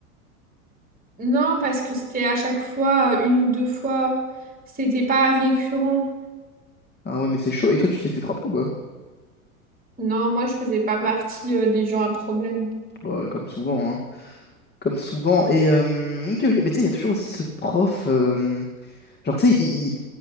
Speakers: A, on the right; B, on the left.
A: Non, parce que c'était à chaque fois, euh, une ou deux fois, c'était pas récurrent.
B: Ah ouais, mais c'est chaud. Et toi, tu t'es fait frapper ou pas?
A: Non, moi, je faisais pas partie euh, des gens à problème.
B: Ouais, comme souvent, hein. Comme souvent. Et euh, ok, ok. Mais tu sais, il y a toujours aussi ce prof. euh, Genre, tu sais, il, il-